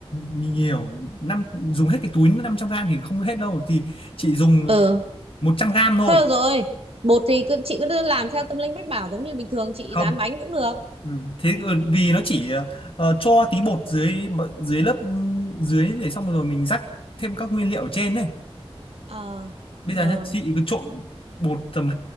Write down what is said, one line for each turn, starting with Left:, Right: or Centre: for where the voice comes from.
Left: nhiều năm dùng hết cái túi 500 gram thì không hết đâu thì chị dùng
Right: ừ
Left: 100 gram thôi
Right: thôi được rồi bột thì cứ, chị cứ làm theo tâm linh mách bảo giống như bình thường chị
Left: không
Right: rán bánh cũng được
Left: ừ. thế ờ, vì nó chỉ ờ, ờ, cho tí bột dưới dưới lớp ừ, dưới để xong rồi mình rắc thêm các nguyên liệu ở trên này
Right: ờ
Left: bây
Right: rồi
Left: giờ nhá chị cứ trộn bột tầm